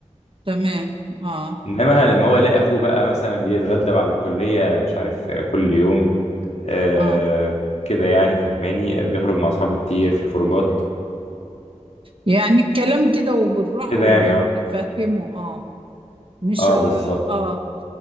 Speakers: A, on the right (about 45°); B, on the left (about 65°).
A: تمام آه
B: انما لما هو يلاقي اخوه بقى مثلا بيتغدى بعد الكليه مش عارف كل يوم آه
A: آه
B: كده يعني فهماني آه، بيخرج مع اصحابه كتير في خروجات
A: يعني الكلام كده وبالراحة
B: كده
A: وبالفهمه
B: يعني اه
A: آه مش
B: اه
A: آه,
B: بالظبط
A: آه